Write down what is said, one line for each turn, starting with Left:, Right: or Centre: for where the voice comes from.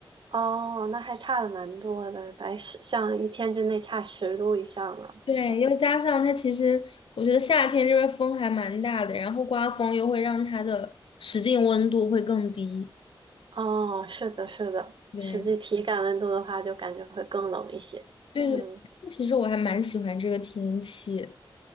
Right: 哦，那还差的蛮多的，来十像一天之内差十度以上了，
Left: 对，
Right: 是吧？
Left: 又加上它其实，我觉得夏天这边风还蛮大的，然后刮风又会让它的实际温度会更低。
Right: 哦，是的，是的，
Left: 对，
Right: 实际体感温度的话，就感觉会更冷一些。
Left: 对对，
Right: 嗯，
Left: 其实我还蛮喜欢这个天气。